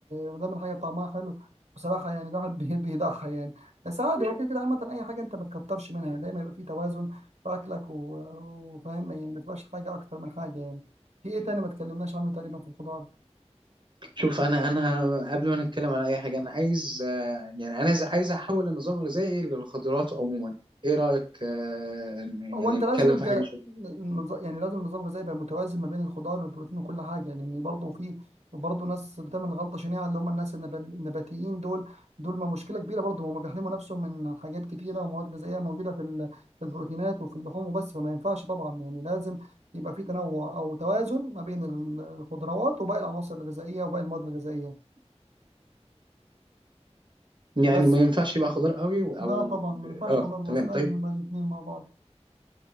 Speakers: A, on the right; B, on the right.
A: ما دام الحاجة طعمها حلو بصراحة يعني الواحد <laughs> بي- بيضحي يعني بس عادي هو <laughs> كده كده عامة أي حاجة أنت ما تكترش منها يعني دايما يبقى في توازن في أكلك و- وفاهم يعني ما تبقاش حاجة أكتر من حاجة يعني في إيه تاني ما تكلمناش عنه تقريبا في الخضار
B: شوف انا انا قبل ما نتكلم على اي حاجه انا عايز آه، يعني انا عايز عايز احول النظام الغذائي للخضروات عموما ايه رايك آه،
A: هو
B: يعني
A: انت
B: نتكلم
A: لازم يبقى
B: في حاجه شويه
A: النظ- يعني لازم النظام الغذائي يبقى متوازن ما بين الخضار والبروتين وكل حاجه لان برضه في برضه ناس بتعمل غلطه شنيعه اللي هم الناس النب- النباتيين دول دول ما مشكله كبيره برضه هم بيحرموا نفسهم من حاجات كتيره ومواد غذائيه موجوده في ال- في البروتينات وفي اللحوم وبس فما ينفعش طبعا يعني لازم يبقى في تنوع او توازن ما بين ال- الخضروات وباقي العناصر الغذائيه وباقي المواد الغذائيه
B: يعني
A: بس
B: ما ينفعش يبقى خضار قوي و- او
A: لا طبعا ما ينفعش
B: اه
A: خضار بس
B: تمام
A: لازم
B: طيب
A: يبقى الاثنين مع بعض